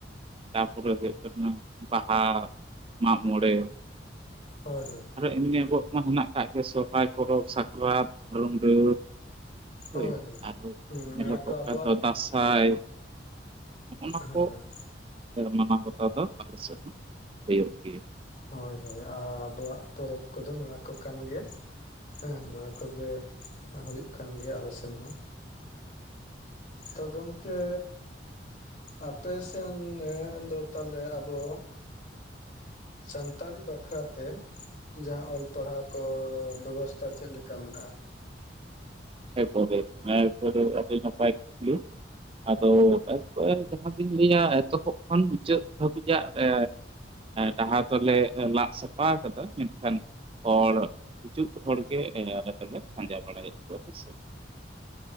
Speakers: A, on the right; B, on the left.
A: ᱛᱟᱯᱚᱨᱮ ᱦᱩᱭᱩᱜ ᱠᱟᱱᱟ ᱵᱟᱦᱟ ᱢᱟᱜᱢᱚᱬᱮ
B: ᱦᱳᱭ ᱦᱳᱭ
A: ᱟᱨᱚ ᱮᱢᱱᱤ ᱟᱵᱚᱣᱟᱜ ᱢᱟ ᱢᱮᱱᱟᱜ ᱠᱟᱜ ᱜᱮᱭᱟ ᱥᱚᱨᱦᱟᱭ ᱯᱚᱨᱚᱵᱽ, ᱥᱟᱠᱨᱟᱛ, ᱨᱩᱸᱰᱟᱹ ᱦᱳ
B: ᱦᱳᱭ ᱦᱳᱭ
A: ᱟᱨ
B: ᱦᱩᱸ
A: ᱧᱮᱞᱚᱜᱚᱜ
B: ᱱᱚᱣᱟ ᱠᱚ ᱟᱵᱚᱣᱟᱜ
A: ᱠᱟᱱ ᱫᱚ ᱫᱟᱸᱥᱟᱭ ᱦᱚᱸᱜᱼ ᱱᱟ
B: ᱦᱮᱸ
A: ᱠᱚ ᱢᱟᱱᱟᱣ ᱵᱟᱛᱟᱣ ᱫᱚ ᱟᱞᱮ ᱥᱮᱫ ᱦᱚᱸ ᱦᱩᱭᱩᱜ ᱜᱮᱭᱟ ᱾
B: ᱦᱳᱭ ᱦᱳᱭ ᱟᱨ ᱟᱵᱚᱣᱟᱜ ᱯᱚᱨᱚᱵᱽ ᱠᱚᱫᱚ ᱱᱚᱣᱟ ᱠᱚ ᱠᱟᱱ ᱜᱮᱭᱟ ᱾ ᱦᱮᱸ ᱱᱚᱣᱟ ᱠᱚᱜᱮ ᱦᱩᱭᱩᱜ ᱠᱟᱱ ᱜᱮᱭᱟ ᱟᱞᱮ ᱥᱮᱱ ᱦᱚᱸ ᱛᱚ ᱜᱚᱢᱠᱮ ᱟᱯᱮᱥᱮᱱ ᱫᱚ ᱛᱟᱦᱚᱞᱮ ᱟᱵᱚ ᱥᱟᱱᱛᱟᱲᱤ ᱵᱟᱠᱷᱨᱟ ᱛᱮ ᱡᱟᱦᱟᱸ ᱚᱞ ᱯᱟᱲᱦᱟᱣ ᱠᱚ ᱵᱮᱵᱚᱥᱛᱟ ᱪᱮᱫ ᱞᱮᱠᱟ ᱢᱮᱱᱟᱜᱼᱟ?
A: ᱮ ᱠᱚᱨᱮᱜᱮ ᱟᱰᱤ ᱱᱟᱯᱟᱭ ᱠᱩᱠᱞᱤ ᱟᱫᱚ ᱮ ᱡᱟᱦᱟᱸᱛᱤᱧ ᱞᱟᱹᱭᱟ ᱮᱛᱚᱦᱚᱵ ᱠᱷᱚᱱ ᱢᱩᱪᱟᱹᱫ ᱫᱷᱟᱹᱵᱤᱡᱟᱜ ᱮ ᱰᱟᱦᱟᱨ ᱫᱚᱞᱮ ᱞᱟᱜ ᱥᱟᱯᱷᱟ ᱠᱟᱫᱟ ᱢᱮᱱᱠᱷᱟᱱ ᱦᱚᱲ ᱦᱤᱡᱩᱜ ᱦᱚᱲ ᱜᱮ ᱫᱚᱞᱮ ᱯᱟᱸᱡᱟ ᱵᱟᱲᱟᱭᱮᱫ ᱠᱚᱣᱟ ᱦᱮᱥᱮ